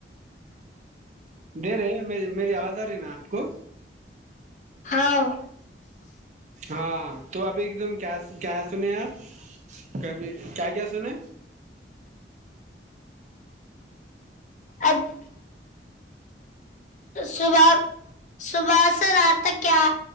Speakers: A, on the right; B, on the left.
A: د رہے میری آواز آ رہی نا آپ کو
B: <inaudible>
A: ہاں تو ابھی ایک دم کیا کیا سنے آپ کبھی کیا کیا سنے
B: اب صبح صبح سے رات تک کیا